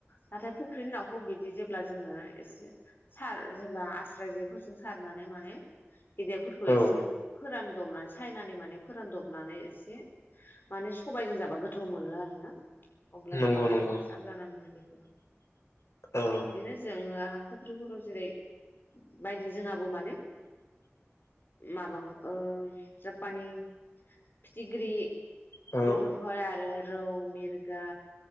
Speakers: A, on the left; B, on the left.
A: नाथाय फुख्रिनि नाखौ बिदि जेब्ला जोङो एसे सार जेब्ला आस्रा जेफोरजों सारनानै माने गेदेरफोरखौ
B: औ
A: एसे फोरान दमनानै सायनानै माने फोरानदबनानै एसे माने सबायजों जाबा गोथाव मोनो आरो ना। अब्लानिया
B: नंगौ
A: बांसिन
B: नंगौ
A: साब जानाय मोनो बेखौ।
B: औ
A: बिदिनो जोङो फुख्रिफोराव जेरै बायदि जोंहाबो माने माबा ओ जापानि फिथिग्रि
B: औ
A: बेफोरखौहाय आरो रौ मिरगा